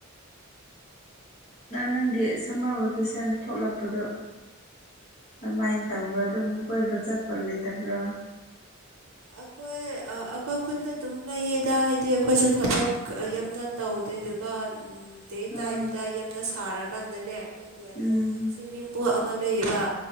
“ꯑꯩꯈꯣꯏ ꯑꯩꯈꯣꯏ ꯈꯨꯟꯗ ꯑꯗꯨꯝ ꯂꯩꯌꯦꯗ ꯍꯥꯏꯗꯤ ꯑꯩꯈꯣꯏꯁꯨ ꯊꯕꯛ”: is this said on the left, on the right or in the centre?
Right